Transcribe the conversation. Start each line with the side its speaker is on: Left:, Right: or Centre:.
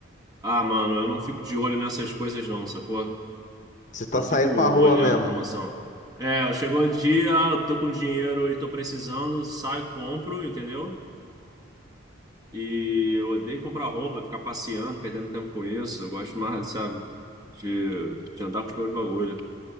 Right: Ah, mano, eu não fico de olho nessas coisas não, sacou?
Left: Você tá
Right: Eu não
Left: saindo
Right: fico olhando
Left: pra rua mesmo?
Right: promoção. É, chegou o dia, ah, eu tô com dinheiro e tô precisando, sai, compro, entendeu? E eu odeio comprar roupa, ficar passeando, perdendo tempo com isso. Eu gosto mais, sabe, de, de andar com os meus bagulhos.